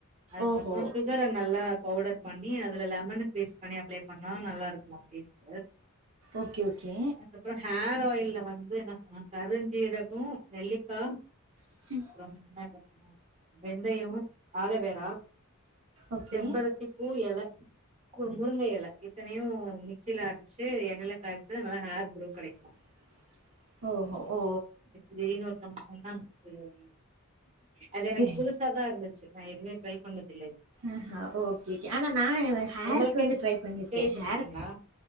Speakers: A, on the right; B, on the right.
A: அதுக்கப்ரோ
B: ஓஹோ
A: சுகர நல்லா பவுடர் பண்ணி அதுல லெமனு போஸ்ட் பண்ணி அப்ளை பண்ணாலு நல்லா இருக்கு ஃபேஸ்க்கு
B: ஓகே ஓகே
A: அதுப்ரோ ஹேர் ஆயில்ல வந்து என்ன சொன்னா கருஞ்சீரகோ நெல்லிக்கா
B: <inaudible>
A: ரொம்ப என்ன சொன்னா வெந்தயம் ஆலுவேற
B: ஓகே
A: செம்பறத் திப் பூ எல கு முருங்க எல இத்தனையு மிக்சில அரச்சி எண்ணெலே காயச்சி நல்ல ஹேர் குரோ கெடைக்
B: <inaudible> ஓஹோ ஓ
A: திடிருனு ஒருத்தங்க சொன்னாங்க சேரி அது எனக்கு
B: சரி
A: புதுஸ் சாதா இருந்துச்சி நா எதுவுமே ட்ரை பண்ணது இல்ல
B: அ ஹா ஓகேக்க ஆனா நா ஹேர்க்கு
A: உங்களுக்கு
B: வந்து ட்ரை பண்ணியிருக்க
A: கேள்விப்பட்ருக்கீங்களா
B: ஹேர்க்